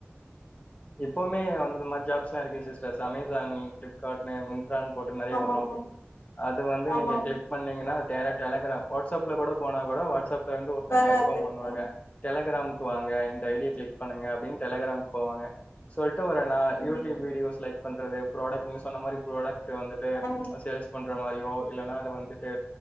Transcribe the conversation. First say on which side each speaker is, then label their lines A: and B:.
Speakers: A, on the left; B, on the left.
A: இப்போவுமே வந்து அந்தமாரி ஜாப்ஸ்லா இருக்கு சிஸ்ட்ர்ஸ் அமேசான் ஃப்ளிப்கார்ட்னு ராங் போட்டு நெறைய
B: ஆமா
A: வரு
B: ஆமா
A: அது வந்து
B: ஆமா
A: நீங்க
B: ஆமா
A: கிளிக் பண்ணீங்கன்னா டேரக்ட் டெலகிராம் வாட்ஸப்ல கூட போனா கூட வாட்ஸப்லேருந்து ஒருத்தங்க
B: வராது
A: இன்ஃபார்ம் பண்ணுவாங்க
B: அஹ்
A: டெலகிராம் க்கு வாங்க இந்த ஐ டிய கிளிக் பண்ணுங்க அப்டின்னு டெலகிராமுக் போவாங்க சொல்லிட்டு ட்டு ஒரு நா
B: இன்னைக்கு-
A: யூடியூப் வீடியோவ செலக்ட் பண்றது ப்ராடக்ட் நீங்க சொன்ன மாரி ப்ராடக்ட் வந்துட்டு
B: ஆமா
A: ஆ சேல்ஸ் பண்ற ற மாரியோ இல்லன்னா அத வந்துட்டு